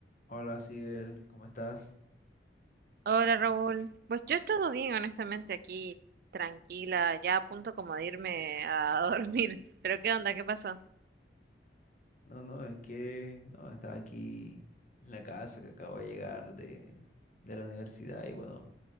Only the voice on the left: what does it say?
Hola, Sibel, ¿cómo estás?
No, no, es que no, estaba aquí en la casa que acabo de llegar de, de la universidad y bueno,